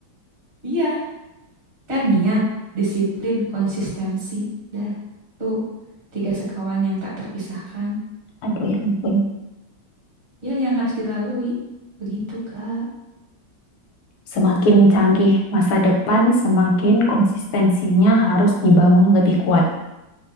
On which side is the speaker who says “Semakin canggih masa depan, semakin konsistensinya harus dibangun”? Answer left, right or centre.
Left